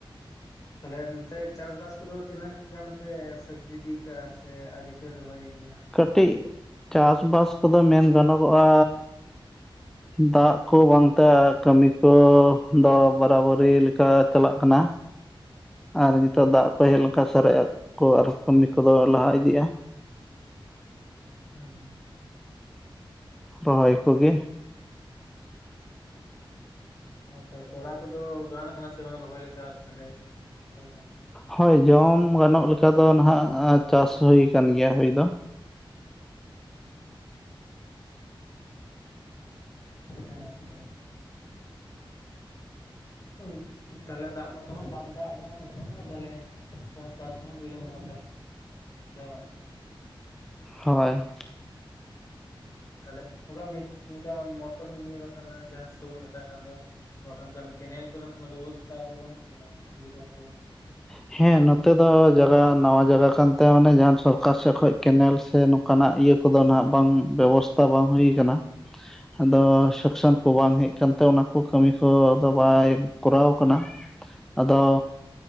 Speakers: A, on the left; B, in the centre.
A: ᱛᱟᱦᱚᱞᱮ ᱱᱚᱛᱮ ᱪᱟᱥ ᱵᱟᱥ ᱠᱚᱫᱚ ᱛᱤᱱᱟᱹᱜ ᱜᱟᱱ ᱯᱮ ᱥᱟᱹᱨᱫᱤ ᱤᱫᱤᱠᱟᱜᱼᱟ ᱥᱮ ᱟᱹᱨᱤ ᱯᱮ ᱨᱚᱦᱚᱭ ᱜᱮᱭᱟ?
B: ᱠᱟᱹᱴᱤᱡ ᱪᱟᱥ ᱵᱟᱥ ᱠᱚᱫᱚ ᱢᱮᱱ ᱜᱟᱱᱚᱜᱚᱜᱼᱟ᱾ ᱫᱟᱜ ᱠᱚ ᱵᱟᱝᱛᱮ ᱠᱟᱹᱢᱤ ᱠᱚ ᱫᱚ ᱵᱟᱨᱟᱵᱟᱹᱨᱤ ᱞᱮᱠᱟ ᱪᱟᱞᱟᱜ ᱠᱟᱱᱟ᱾
A: ᱦᱮᱸ
B: ᱟᱨ ᱱᱤᱛᱳᱜ ᱫᱟᱜ ᱠᱚ ᱦᱮᱡ ᱞᱮᱱ ᱠᱷᱟᱱ ᱥᱟᱨᱮᱡ ᱠᱚ ᱟᱨ ᱠᱟᱹᱢᱤ ᱠᱚᱫᱚ ᱞᱟᱦᱟ ᱤᱫᱤᱜᱼᱟ᱾
A: ᱦᱩᱸ᱾
B: ᱨᱚᱦᱚᱭ ᱠᱚᱜᱮ
A: ᱦᱮ ᱛᱟᱦᱮ ᱛᱚᱲᱟ ᱠᱚᱫᱚ ᱜᱟᱱ ᱠᱟᱱᱟ ᱥᱮ ᱵᱟᱝ ᱨᱚᱦᱚᱭ ᱞᱮᱠᱟ ᱛᱟᱦᱞᱮ ᱚᱠᱟ ᱞᱮᱠᱟ?
B: ᱦᱳᱭ ᱡᱚᱢ ᱜᱟᱱᱚᱜ ᱞᱮᱠᱟ ᱫᱚ ᱱᱟᱦᱟᱜ ᱪᱟᱥ ᱦᱩᱭ ᱠᱟᱱ ᱜᱮᱭᱟ ᱦᱩᱭ ᱫᱚ᱾
A: ᱦᱮᱸᱻᱛᱚ ᱦᱸ ᱛᱟᱦᱚᱞᱮ ᱫᱟᱜ ᱢᱚᱛᱚ ᱦᱚᱸ ᱵᱟᱝ ᱫᱟᱜ ᱟᱠᱟᱱᱟ ᱱᱤᱛᱚᱜ ᱢᱟ ᱛᱟᱦᱞᱮᱼᱼ ᱪᱟᱥ ᱠᱷᱚᱱ ᱵᱤᱞᱚᱢ ᱠᱟᱱᱟ ᱛᱟᱦᱮ ᱛᱟᱦ ᱵᱟᱝ?
B: ᱦᱳᱭ,
A: ᱛᱟᱦᱞᱮ ᱚᱱᱠᱟ ᱚᱱᱠᱟ ᱢᱚᱴᱚᱨ ᱢᱤᱱᱤᱭ ᱵᱟᱠᱷᱟᱱ ᱡᱟᱦᱟᱸ ᱥᱟᱥ ᱵᱚᱱ ᱢᱮᱛᱟᱜ ᱠᱟᱱ ᱫᱚᱼᱼ ᱵᱟᱠᱷᱟᱱ ᱠᱮᱱᱮᱞ ᱠᱚᱨᱮ ᱠᱚᱱᱱ ᱵᱮᱵᱚᱥᱛᱷᱟ ᱫᱚ ᱵᱟᱹᱱᱩᱜ ᱟᱠᱟᱫᱟ ᱥᱩᱵᱤᱫᱷᱟ ᱠᱚᱼᱼ
B: ᱦᱮᱸ ᱱᱚᱛᱮ ᱫᱚ ᱡᱟᱜᱟ ᱱᱟᱣᱟ ᱡᱟᱭᱜᱟ ᱠᱟᱱ ᱛᱟᱭᱟ ᱢᱟᱱᱮ ᱡᱟᱦ ᱥᱚᱨᱠᱟᱨ ᱥᱮᱡ ᱠᱷᱚᱡᱼᱼ ᱠᱮᱱᱮᱞ ᱥᱮ ᱱᱚᱝ ᱠᱟᱱᱟᱜ ᱤᱭᱟᱹ ᱠᱚᱫᱚ ᱟᱜ ᱵᱟᱝ ᱵᱮᱵᱚᱥᱛᱷᱟ ᱵᱟᱝ ᱦᱩᱭ ᱠᱟᱱᱟ᱾ ᱟᱫᱚ ᱥᱩᱠᱥᱚᱱ ᱠᱚ ᱵᱟᱝ ᱦᱮᱡ ᱠᱟᱱ ᱛᱟᱦᱮᱱᱟᱼᱼ ᱛᱮ ᱚᱱᱟ ᱠᱚ ᱠᱟᱹᱢᱤ ᱠᱚ ᱟᱫᱚ ᱵᱟᱭ ᱠᱚᱨᱟᱣ ᱠᱟᱱᱟ ᱟᱫᱚᱼᱼ